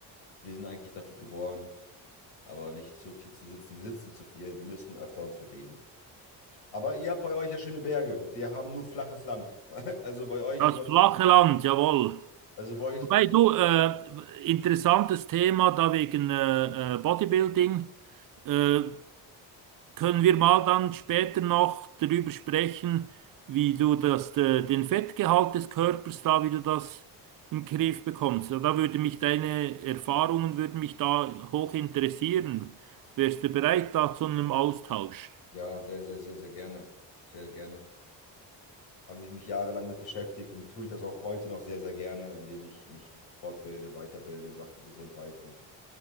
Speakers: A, on the left; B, on the right.
A: Wir sind eigentlich dafür geboren, aber nicht so viel zu sitzen. Wir sitzen zu viel, wir müssen öfter uns bewegen. Aber ihr habt bei euch ja schöne Berge. Wir haben nur flaches Land. <laughs> Also bei euch
B: Das
A: ist noch,
B: flache Land, jawohl.
A: also bei euch,
B: Wobei du, äh, interessantes Thema da wegen äh, äh, Bodybuilding. Äh, Können wir mal dann später noch darüber sprechen, wie du das, de- den Fettgehalt des Körpers da, wie du das in den Griff bekommst? Ja, Da würde mich deine Erfahrungen würden mich da hoch interessieren. Wärst du bereit da zu einem Austausch?
A: ja, sehr, sehr, sehr, sehr gerne. Sehr gerne. Habe ich mich jahrelang mit beschäftigt und tue ich das auch heute noch sehr, sehr gerne, indem ich mich fortbilde, weiterbilde in Sachen Gesundheit und